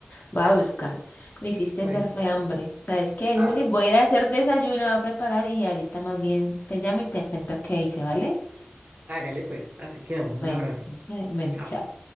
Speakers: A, on the left; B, on the right.
A: Voy a buscar. Me hiciste
B: Bueno,
A: dar fue hambre. ¿Sabes qué,
B: ah,
A: Juli? Voy a ir a hacer desayuno, voy a preparar y ahorita más bien te llamo y te cuento qué hice, ¿vale?
B: hágale pues, así quedamos,
A: Bueno,
B: un abrazo.
A: eh, bueno,
B: Chao.
A: chao.